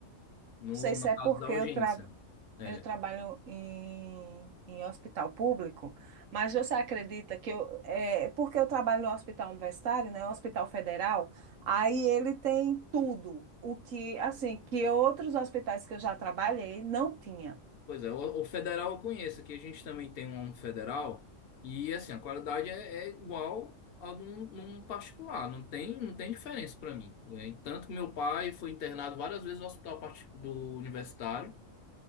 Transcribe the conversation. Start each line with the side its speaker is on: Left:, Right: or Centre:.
Left: No,
Right: Não sei se
Left: no
Right: é
Left: caso
Right: porque
Left: da urgência.
Right: eu tra...
Left: É.
Right: Eu trabalho em, em hospital público, mas você acredita que eu, é, porque eu trabalho no hospital universitário, né, um hospital federal, aí ele tem tudo, o que, assim, que outros hospitais que eu já trabalhei não tinha.
Left: Pois é, o, o federal eu conheço, que a gente também tem um federal, e assim, a qualidade é, é igual a num, num particular, não tem, não tem diferença para mim. É, e tanto que meu pai foi internado várias vezes no hospital partic- do universitário.